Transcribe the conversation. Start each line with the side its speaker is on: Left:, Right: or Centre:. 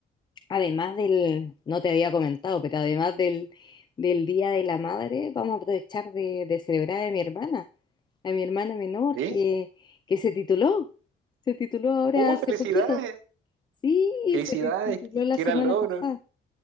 Left: <clears throat> además del, no te había comentado, pero además del, del Día de la Madre, vamos a aprovechar de, de celebrar a mi hermana, a mi hermana menor
Right: ¿Sí?
Left: que, que se tituló, se tituló ahora
Right: ¡Oh,
Left: hace
Right: felicidades!
Left: poquito. Sí,
Right: ¡Felicidades!
Left: se tituló
Right: ¡Qué
Left: la
Right: qué
Left: semana
Right: gran logro!
Left: pasada,